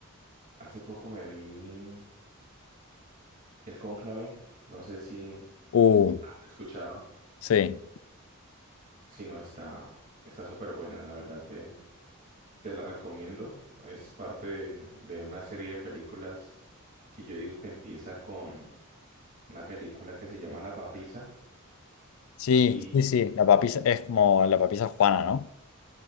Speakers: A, on the right (about 40°); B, on the left (about 65°).
A: hace poco me vi El Cónclave. No sé si
B: Uh,
A: has escuchado.
B: sí,
A: Si no, está, está súper buena, la verdad. Te, te la recomiendo. Es parte de, de una serie de películas que yo digo que empieza con una película que se llama La Papisa.
B: sí,
A: Y,
B: sí, sí,
A: y
B: la papisa es como la papisa Juana, ¿no?